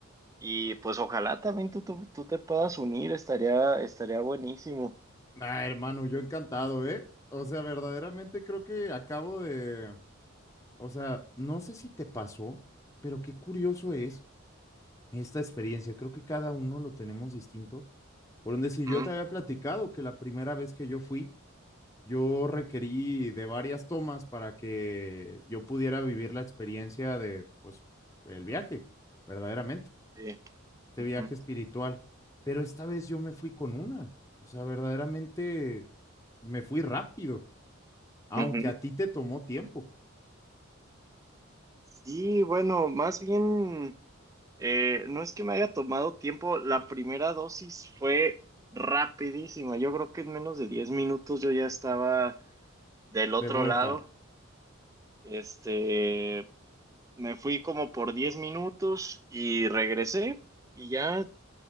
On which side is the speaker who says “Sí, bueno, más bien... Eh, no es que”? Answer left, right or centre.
Right